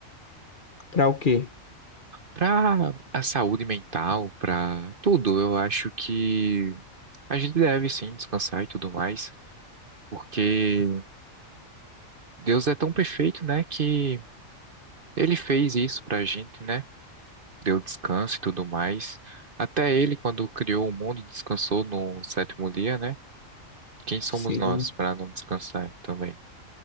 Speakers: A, on the left; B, on the right.
A: Pra o quê?
B: Para a saúde mental, para tudo, eu acho que a gente deve sim descansar e tudo mais, porque Deus é tão perfeito, né, que ele fez isso pra gente, né? deu descanso e tudo mais. Até ele, quando criou o mundo, descansou no sétimo dia, né? Quem somos
A: Sim.
B: nós para não descansar também?